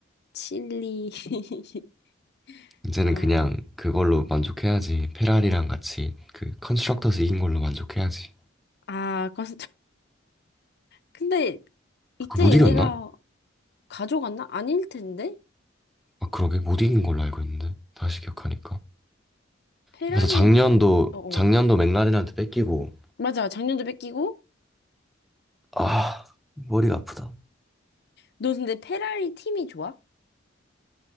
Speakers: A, on the left; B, in the centre.
A: 칠리. <laughs>
B: 이제는
A: 아,
B: 그냥 그걸로 만족해야지 페라리랑 같이 그 컨스트럭터스 이긴 걸로 만족해야지
A: 아, 컨 근데 이때
B: 아, 그못
A: 얘네가
B: 이겼나?
A: 가져갔나? 아닐 텐데?
B: 아 그러게 못 이긴 걸로 알고 있는데 다시 기억하니까
A: 페라리,
B: 그래서 작년도
A: 어, 어.
B: 작년도 맥라렌한테 뺏기고
A: 맞아. 작년도 뺏기고.
B: 아 머리가 아프다.
A: 너 근데 페라리 팀이 좋아?